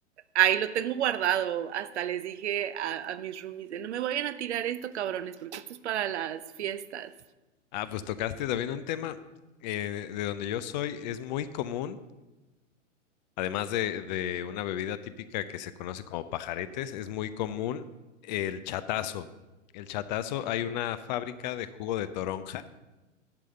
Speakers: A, on the right (about 60°); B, on the left (about 35°).
A: Ahí lo tengo guardado. Hasta les dije a, a mis roomies, no me vayan a tirar esto, cabrones, porque esto es para las fiestas.
B: Ah, pues tocaste también un tema eh, de donde yo soy, es muy común, además de, de una bebida típica que se conoce como pajaretes, es muy común el chatazo. El chatazo, hay una fábrica de jugo de toronja,